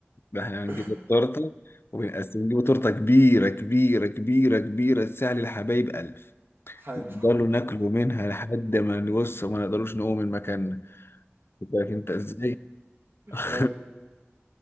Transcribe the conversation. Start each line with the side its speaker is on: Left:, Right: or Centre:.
Left: ده احنا هنجيب
Right: <laughs>
Left: التورتة وبنقسم نجيب تورتة كبيرة كبيرة كبيرة كبيرة تساعد الحبايب ألف
Right: حلو
Left: نفضلوا ناكلوا منها لحد ما نبص وما نقدروش نقوم من مكاننا خد بالك انت ازاي <laughs>
Right: ايوه